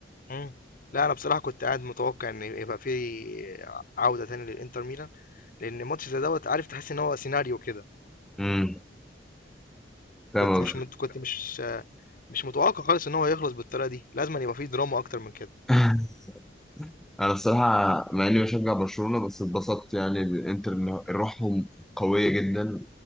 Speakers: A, on the left; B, in the centre.
A: إمم، لأ أنا بصراحة كنت قاعد متوقع إن يبقى في عودة تاني للإنتر ميلان. لان ماتش زي دوت عارف تحس ان هو سيناريو كده
B: امم فاهم
A: كنت مش
B: قصدي
A: مت... كنت مش مش متوقع خالص ان هو يخلص بالطريقه دي لازم أن يبقى فيه دراما اكتر من كده
B: <laughs> انا الصراحة مع اني بشجع برشلونة بس اتبسطت يعني الانتر إن روحهم قوية جدا